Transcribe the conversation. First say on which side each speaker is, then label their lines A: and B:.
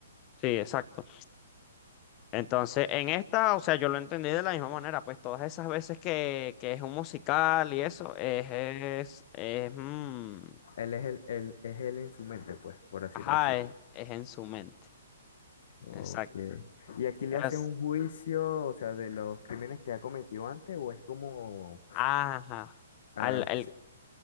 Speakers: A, on the left; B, on the left.
A: Sí, exacto. Entonces, en esta, o sea, yo lo entendí de la misma manera, pues todas esas veces que, que es un musical y eso, es, es, es, mm,
B: Él es el, él, es él en su mente, pues, por así
A: Ajá,
B: decirlo.
A: es, es en su mente.
B: Ok.
A: Exacto.
B: ¿Y aquí le
A: Es,
B: hacen un juicio, o sea, de los crímenes que ha cometido antes, o es como,
A: ajá.
B: ah,
A: Al, el,
B: sí,